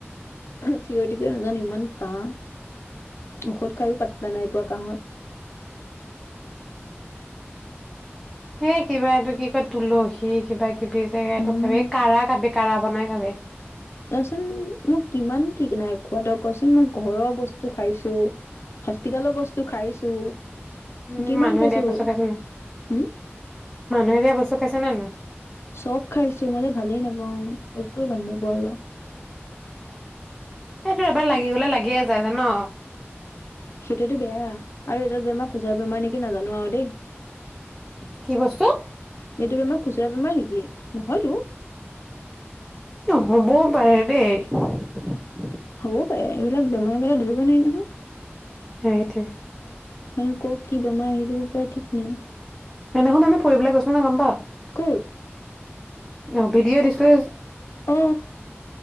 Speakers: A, on the left; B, in the centre.
A: চিঞতিকে নাজানো ইমান কাহ ঔষধ খাইো পাতলা নাই পৰা কাহঁত
B: এ কিবা এইটো কি তুলসী কিবা কিবি
A: উম
B: <unintelligible> কঢ়া বনাই খামে
A: কোৱাচোন মোক কিমান কি নাই খোৱাটো কচোন মোক ঘৰৰ বস্তু খাইছো হস্পিতেলৰ বস্ত বস্তু খাইছো
B: উম
A: কিমান
B: মানুহে
A: খাইছো
B: দিয়া বস্তু খাইছ ন
A: হম
B: মানুহে দিয়া বস্তু কছে আছে নে নাই
A: চব খাইছো মইযে ভালেই নাপাওঁ একোৱে ভাল নোপোৱাওঁ অলপ
B: এইটো এবাৰ লাগি গলে লাগিয়ে যায় জান
A: সেইটোতো বেয়া আৰু এইডাল বেমাৰ খোচৰা বেমাৰ নেকি নাজানো আৰু দেই
B: কি বস্তু
A: এইটো বেমাৰ খুচুৰা বেমাৰ নেকি নহয়তো
B: হ'বও পাৰে দেই
A: হ'ব পাই এইবিলাক বেমাৰ মানে ধৰিব নোৱাৰি নহয়
B: সেইটোৱে
A: হকক কি বেমাৰ আহি যাব পাৰে ঠিক নাই
B: সেইদিনাখন আমি ফুৰিবলৈ গৈছিলো নহয় গম পাৱ?
A: ক'ত
B: অ ভিডিঅ' দিছলো
A: অ